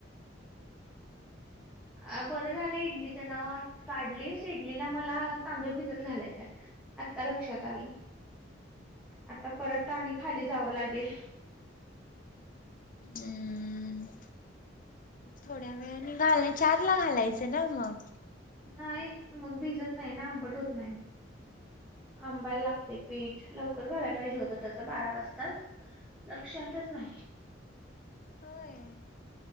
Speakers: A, in the centre; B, on the left (about 45°).
A: अ बरं झालं इडलीच नाव काढलीस इडलीला मला तांदूळ भिजत घालायचंय. आता लक्षात आलं आता परत आणि खाली जावं लागेल.
B: हम्म. थोड्या वेळानी आणि घालणे चार ला घालायचं ना मग.
A: नाही मग भिजत नाही आंबट होत नाही. आंबायला लागतय पीठ लवकर घायला पाहिजे होतं तस बारा वाजताज. लक्षातच नाही.
B: अय.